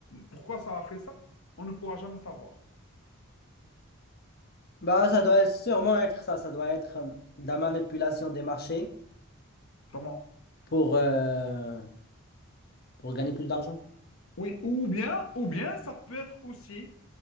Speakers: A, on the left (about 70°); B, on the left (about 45°).
A: pourquoi ça a fait ça, on ne pourra jamais savoir.
B: Bah, ça doit sûrement être ça. Ça doit être euh, de la manipulation des marchés
A: Comment?
B: pour, euh, pour gagner plus d'argent.
A: Oui, ou bien, ou bien, ça peut être aussi